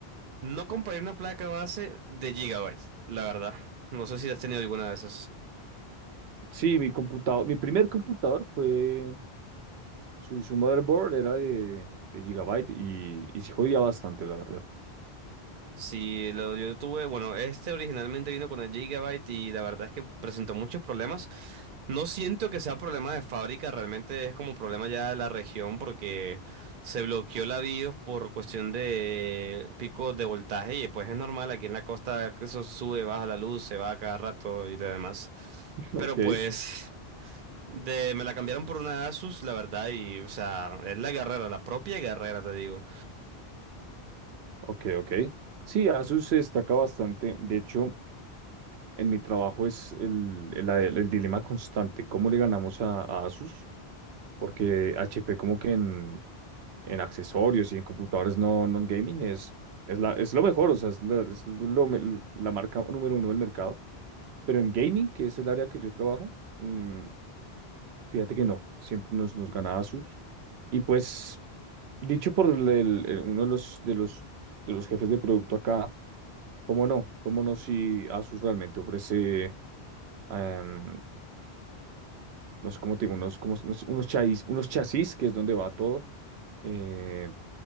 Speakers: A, on the right; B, on the right.
A: no compré una placa base de gigabytes, la verdad. No sé si has tenido alguna de esas.
B: Sí, mi computador, mi primer computador fue, su, su motherboard era de, de Gigabyte y, y sí jodía bastante, la verdad.
A: Sí, lo, yo tuve, bueno, este originalmente vino con el Gigabyte y la verdad es que presentó muchos problemas. No siento que sea problema de fábrica, realmente es como problema ya de la región porque se bloqueó la BIOS por cuestión de picos de voltaje y pues es normal aquí en la costa que eso sube, baja la luz, se va a cada rato y lo demás.
B: <laughs> Ok,
A: Pero Sí. pues de, me la cambiaron por una Asus, la verdad, y o sea, es la guerrera, la propia guerrera, te digo.
B: ok, ok. Sí, Asus se destaca bastante. De hecho, en mi trabajo es el, el, el dilema constante, ¿cómo le ganamos a, a Asus? Porque HP como que en, en accesorios y en computadores no non-gaming es, es, la, es lo mejor, o sea, es, la, es lo me- la marca número uno del mercado. Pero en gaming, que es el área que yo trabajo, mm, fíjate que no, siempre nos, nos ganaba Asus. Y pues, dicho por el- el- el- uno de los, de los, de los jefes de producto acá, ¿cómo no? ¿Cómo no si Asus realmente ofrece, em, no sé cómo te digo, unos, como, unos, unos chasis, unos chasis, que es donde va todo, eh,